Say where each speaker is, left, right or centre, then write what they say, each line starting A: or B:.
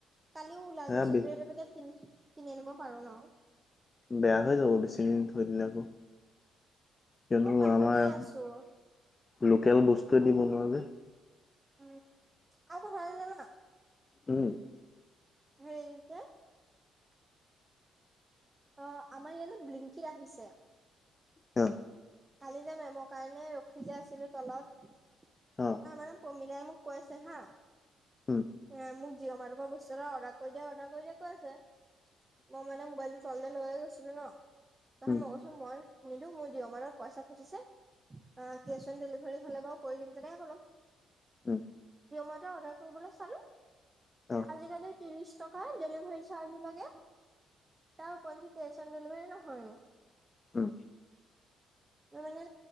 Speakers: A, on the right; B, on the left.
A: কালিও ওলাই
B: সেয়া
A: গৈছো
B: বে
A: ব্ৰেডৰ পেকেট ক কিনি আনিব পাৰো ন।
B: বেয়া হৈ যাব বেছি দিন থৈ দিলে আকৌ কিয়নো
A: মই পাহৰিয়ে
B: আমাৰ
A: আছো
B: লোকেল বস্তুৱে দিব নোৱাৰ যে।
A: উম, আক ভালিল না
B: উম।
A: হেই ত অ, আমাৰ ইয়াত লিংকি আহিছে।
B: হ।
A: কালি যাম এ মৰ কাৰণে ৰখি যে আছিলো তলত।
B: অ
A: ন মানে প্ৰমিলাই মোক কৈ আছে হা।
B: উম
A: উ মোক যিৱ মাৰ ই বস্তু এটা অৰ্ডাৰ কৰি দিয়া অৰ্ডাৰ কৰি দিয়া কৈ আছে মই মানে মোবাইল টো ছোৱালীজনীয়ে লৈ গৈছিলে ন। তহে
B: উম
A: মই কৈচো মই নিদো মোৰ জিঅ মাৰত পইচা খুজিছে। অ কেচ অন ডেলিভাৰী হ'লে বাৰু কৰি দিম তেনেকে কলো।
B: উম
A: মাটা অৰ্ডাৰ কৰিবলৈ। আজিকালি
B: অ
A: ত্ৰিশ টকা ডেলিভাৰী চাৰ্জ লাগে। তাৰ পঞ্চিতেচন <inaudible> ৰেলভাৰ ন হয়নো
B: উম!
A: মানে